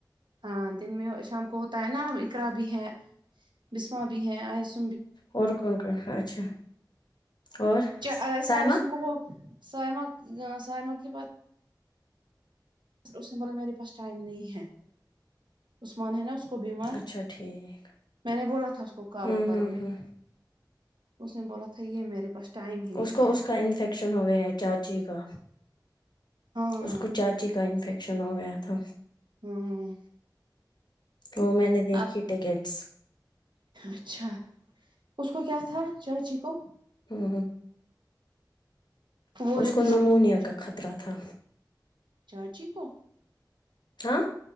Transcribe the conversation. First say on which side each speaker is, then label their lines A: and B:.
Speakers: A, on the right; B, on the left.
A: ہاں دن میں شام کو ہوتا ہے نا اقرا بھی ہے بسما بھی ہے آس
B: اور کون کون ہا اچھا اور
A: چ ویسے
B: سائمہ
A: آئےس سکو سائمہ سائمہ کے پ اس نے بولا میرے پاس ٹائم نہیں ہے عثمان ہے نا اس کو بیمار
B: اچھا ٹھیک
A: میں نے بولا تھا اس کو کرو
B: ہوں
A: کرو
B: ہوں ہوں
A: اس نے بولا تھا یہ میرے پاس ٹائم ہی نہیں
B: اس کو
A: ہے
B: اس کا انفیکشن ہو گیا ہے چاچی کا
A: ہاں
B: اس کو چاچی کا انفیکشن ہو گیا تھا
A: ہاں
B: ا میں نے دیکھی
A: اب
B: ٹیکٹس
A: اچھا اس کو کیا تھا چاچی کو
B: ہ ہ
A: وہ
B: اس
A: رہتے
B: کو نمونیا
A: سب کچھ
B: کا خطرہ تھا
A: چاچی کو
B: ہاں